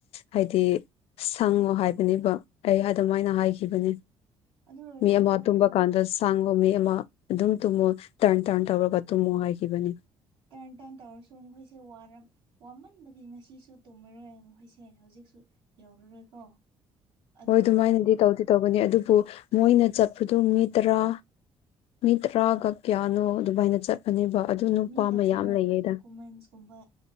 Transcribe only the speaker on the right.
ꯑꯗꯨ ꯑꯣꯏꯔꯁꯨꯀꯣ
ꯇꯨꯝꯅꯤ
ꯇꯔꯟ ꯇꯟ ꯇꯧꯔꯁꯨ ꯃꯈꯣꯏꯁꯦ ꯋꯥꯃꯟꯕꯒꯤ ꯉꯁꯤꯁꯨ ꯇꯨꯝꯃꯔꯣꯏ ꯃꯈꯣꯏꯁꯦ ꯍꯧꯖꯤꯛꯁꯨ ꯌꯧꯔꯔꯣꯏꯀꯣ ꯑꯗꯨꯒꯤ
ꯃꯤ ꯗꯨ
ꯗꯣꯀꯨꯃꯦꯟꯁꯀꯨꯝꯕ